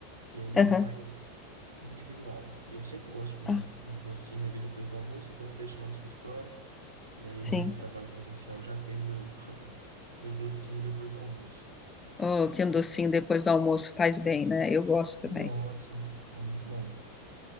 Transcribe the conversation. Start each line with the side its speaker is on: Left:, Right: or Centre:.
Right: Que aí
Left: Aham.
Right: ele é mais individual. E eu sempre gosto de um,
Left: Ah,
Right: um docinho ali depois do almoço, então eu deixo lá no escritório. E aí
Left: sim.
Right: o dia que eu trabalho presencial já tenho meu, meu docinho depois do almoço.
Left: Oh, que um docinho depois do almoço faz bem, né? Eu gosto
Right: Nossa,
Left: também.
Right: é muito bom.